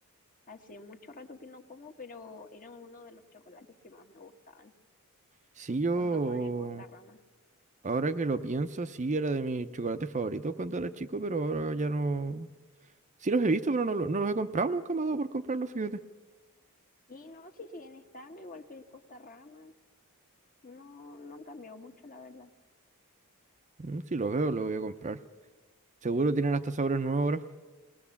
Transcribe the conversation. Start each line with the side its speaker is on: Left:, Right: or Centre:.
Left: Hace mucho rato que no como, pero era uno de los chocolates que más me gustaban,
Right: Sí, yo,
Left: junto con el Costarrama.
Right: ahora que lo pienso, sí era de mis chocolates favoritos cuando era chico, pero ahora ya no... Sí los he visto, pero no, lo- no los he comprado, nunca me ha dado por comprarlos, fíjate.
Left: Sí, no, sí siguen estando igual que el Costarrama. No, no han cambiado mucho, la verdad.
Right: Mm, Si los veo, los voy a comprar. Seguro tienen hasta sabores nuevos ahora.